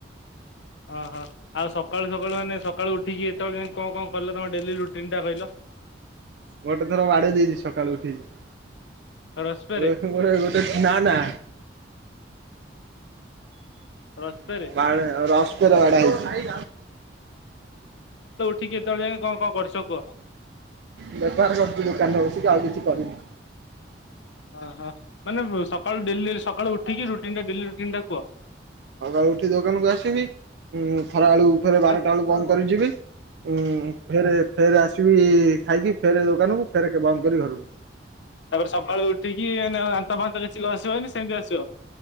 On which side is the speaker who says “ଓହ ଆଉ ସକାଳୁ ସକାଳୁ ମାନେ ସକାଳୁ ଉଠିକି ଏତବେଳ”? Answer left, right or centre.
Left